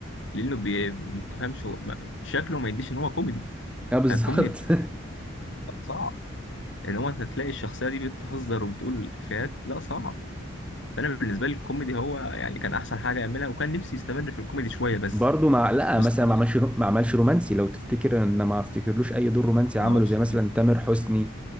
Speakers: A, on the left (about 60°); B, in the centre.
A: لأنه بي... ما تفهمش هو- ما- شكله ما يديش إن هو كوميدي
B: اه بالظبط
A: فالكوميدي
B: <laughs>
A: صعب إن هو أنت تلاقي الشخصية دي بتهزر وبتقول إفيهات لا صعب فانا بالنسبه لي الكوميدي هو يعني كان احسن حاجه يعملها وكان نفسي يستمر في الكوميدي شويه بس
B: برضه مع لا
A: بس
B: مثلا
A: طبعا
B: ما عملش ما عملش رومانسي لو تفتكر ان ما افتكرلوش اي دور رومانسي
A: ما
B: عمله
A: عملش
B: زي
A: رومانسي
B: مثلا تامر حسني